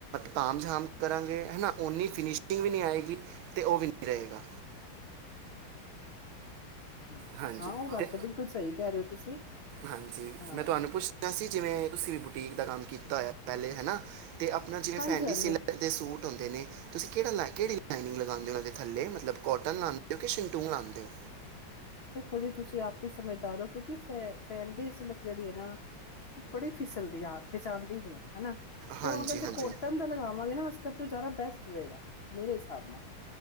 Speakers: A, on the right; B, on the left.
A: ਕਾਮ ਜਾਮ ਕਰਾਂਗੇ ਹਨਾ ਉਨੀ ਫਿਨਿਸ਼ਿੰਗ ਵੀ ਨਹੀ ਆਏਗੀ। ਤੇ ਉਹ ਵੀ ਨਹੀ ਰਹੇਗਾ।
B: ਅੱਛਾ
A: ਹਾਂਜੀ
B: ਹਾਂ ਉਹ ਗੱਲ
A: ਤੇ
B: ਤਾਂ ਬਿਲਕੁਲ ਸਹੀ ਕਹਿ ਰਹੇ ਹੋ ਤੁਸੀਂ
A: ਹਾਂਜੀ
B: ਹਾਂ।
A: ਮੈਂ ਤੁਹਾਨੂੰ ਪੁੱਛਣਾ ਸੀ ਜਿਵੇਂ ਤੁਸੀਂ ਵੀ ਬੁਟੀਕ ਦਾ ਕੰਮ ਕੀਤਾ ਹੋਇਆ, ਪਹਿਲੇ ਹੈਨਾ। ਅਤੇ ਆਪਣਾ ਜਿਵੇਂ
B: ਹਾਂਜੀ
A: ਫੈਂਡੀਸਿਲਕ
B: ਹਾਂਜੀ
A: ਦੇ ਸੂਟ ਤੁਸੀ ਕਿਹੜੀ ਲਾਨੀਗ ਲਗਾਉਦੇ ਥੱਲੇ ਮਤਬਲ ਕੋਟਨ ਲਾਦੇ ਜਾ ਟਿਸੁ ਲਾਦੇ ਔ।
B: ਦੇਖੋ, ਜੀ ਤੁਸੀਂ ਆਪ ਹੀ ਸਮਝਦਾਰ ਔ। ਫੈ ਫੈਡੀ ਸਿਲਕ ਜਿਹੜੀ ਹੈ, ਨਾ ਉਹ ਬੜੀ ਫਿਸਲਦੀ ਆ। ਤੇ ਚਾਹੁੰਦੇ ਨੀ ਹੈ ਹਨਾ, ਤੇ
A: ਹਾਂਜੀ
B: ਉਹ ਅਗਰ
A: ਹਾਂਜੀ
B: ਜੇ ਕੋਟਨ ਦਾ ਲਗਾਵਾਂਗੇ ਨਾ ਅਸੀ ਸਭ ਤੋਂ ਜ਼ਿਆਦਾ ਬੈਸਟ ਰਹੇਗਾ ਮੇਰੇ ਹਿਸਾਬ ਨਾਲ